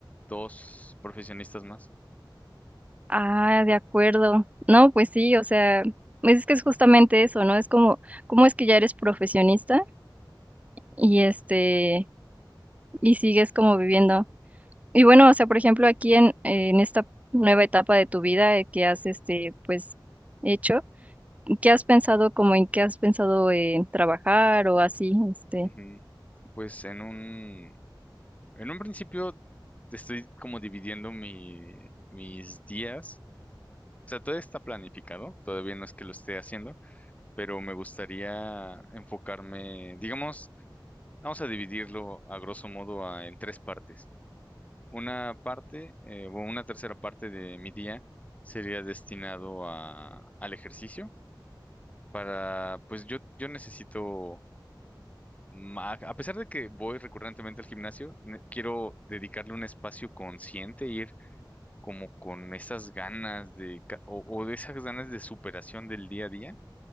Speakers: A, on the left (about 15°); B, on the right (about 20°).
A: dos profesionistas más.
B: Ah, de acuerdo. No, pues sí, o sea, pues es que es justamente eso, ¿no? Es como, ¿cómo es que ya eres profesionista y este, y sigues como viviendo? Y bueno, o sea, por ejemplo, aquí en, en esta nueva etapa de tu vida eh, que has, este, pues, hecho, ¿qué has pensado, como en qué has pensado en trabajar o así, este?
A: Ujú. Pues en un, en un principio estoy como dividiendo mi, mis días. O sea, todo está planificado, todavía no es que lo esté haciendo, pero me gustaría enfocarme, digamos, vamos a dividirlo a grosso modo a- en tres partes. Una parte, eh, o una tercera parte de mi día sería destinado a, al ejercicio para, pues yo, yo necesito ma- A pesar de que voy recurrentemente al gimnasio, ne- quiero dedicarle un espacio consciente, ir como con esas ganas de, ca- o, o de esas ganas de superación del día a día.